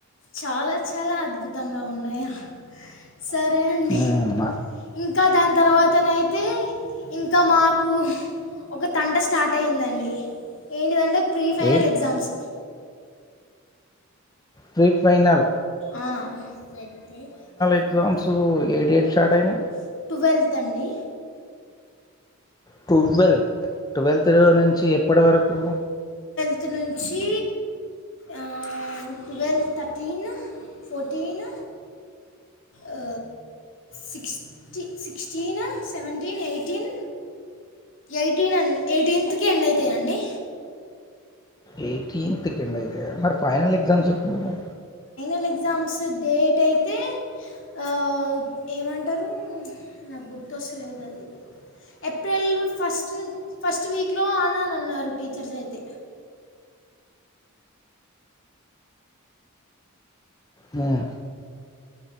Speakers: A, on the left (about 60°); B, on the left (about 15°).
A: చాలా చాలా అద్భుతంగా ఉన్నాయ సరే అండి
B: మ్
A: ఇం ఇంక దాని తర్వాతనైతే ఇంకా మాకు ఒక తంట స్టార్ట్ అయిందండి ఏంటిదంటే ప్రీ ఫైనల్
B: ఏ
A: ఎగ్జామ్స్
B: ప్రీ ఫైనాల్
A: ఆ జరిగితే అది ఫోర్త్కి
B: ఎగ్జామ్స్
A: వెళ్ళిపోతాము
B: ఏ డేట్ స్టార్ట్
A: అని చెప్త
B: అయినాయి
A: టువెల్త్ అండి
B: టువెల్త్ టువెల్త్ నుంచి ఎప్పటి వరకు
A: ఇక నుంచి ఆ టువెల్త్ థర్టీన్ ఫోర్టీన్ ఆ sixty sixteen seventeen eighteen eighteen and eighteenth కి ఎండ్ అవుతయి అండి
B: ఎయిటీన్త్కి ఎండ్ అయితాయా మరి ఫైనల్ ఎక్సామ్స్ ఎప్పుడు
A: ఫైన్ల ఎగ్జామ్స్ డేట్ అయితే ఆ ఏమంటరు నాకు గుర్తొస్తలేదు అది ఏప్రిల్ ఫస్ట్ ను ఫస్ట్ వీక్లో అని అన్నారు టీచర్స్ అయితే
B: మ్మ్